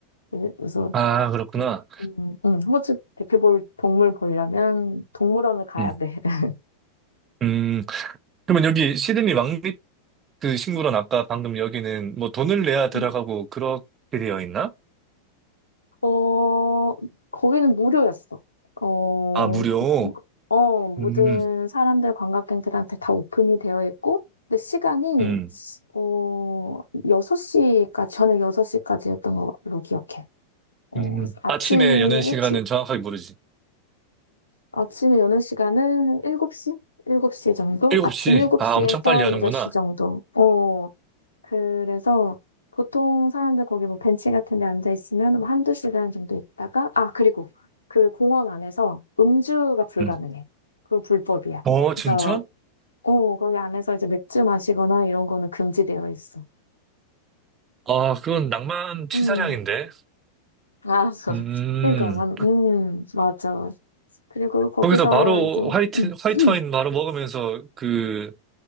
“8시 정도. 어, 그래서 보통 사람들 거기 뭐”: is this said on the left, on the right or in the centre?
Left